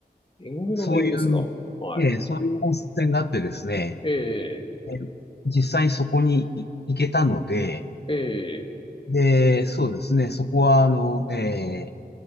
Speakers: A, on the left; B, on the left.
A: 縁具の面ですかは
B: そういう、ええ、そういう温泉があってですね、
A: い。ええ、
B: え実際にそこにい行けたので、
A: ええ、
B: で、そうですね、そこは、あの、ええ、